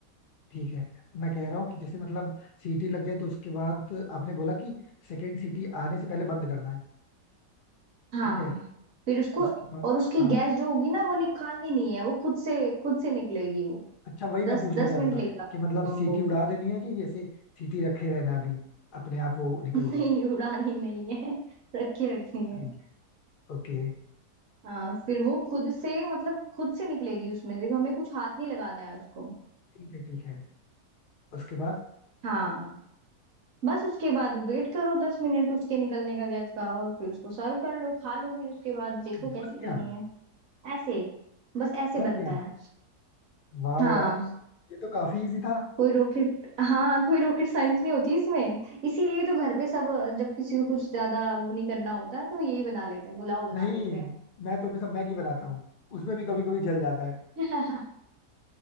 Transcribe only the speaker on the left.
ठीक है मैं कह रहा हूँ कि जैसे मतलब सीटी लग जाए तो उसके बाद आपने बोला कि सेकंड सीटी आने से पहले बंद करना है
ठीक है
उसके बाद
हाँ
अच्छा वही
मैं पूछना
चाहता
था
कि मतलब
सीटी
उड़ा देनी है कि ऐसे सीटी रखे रहना अभी अपने आप वो निकल
जाए
ठीक
ओके
ठीक है ठीक है उसके बाद
बन
गया
बन
गया
वाह
यार ये तो काफी इजी था
नहीं
मैं तो हमेशा मैगी बनाता हूँ उसमें भी कभी कभी जल जाता है